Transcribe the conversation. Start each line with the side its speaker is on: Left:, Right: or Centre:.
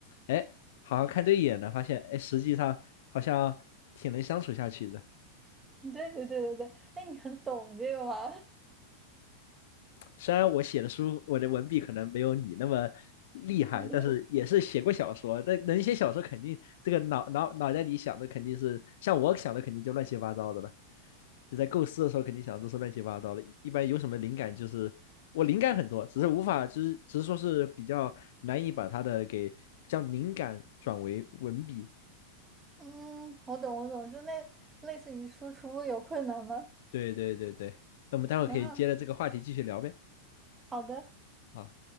Left: 哎，好像看对眼了，发现哎，实际上好像挺能相处下去的。
Right: <laughs> 对对对对对，哎，你很懂这个吗？<laughs>
Left: 虽然我写的书，我的文笔可能没有你那么厉害，
Right: 嗯哼
Left: 但是也是写过小说。但能写小说，肯定这个脑脑脑袋里想的肯定是像我想的，肯定就乱七八糟的了。就在构思的时候，肯定想的都是乱七八糟的。一般有什么灵感，就是我灵感很多，只是无法，只是只是说是比较难以把它的给将灵感转为文笔。
Right: 嗯，我懂我懂，就那类似于输出有困难吗？
Left: 对对对对，那我们待会儿可以接着这个话题继续聊呗。
Right: 嗯，好的。
Left: 啊。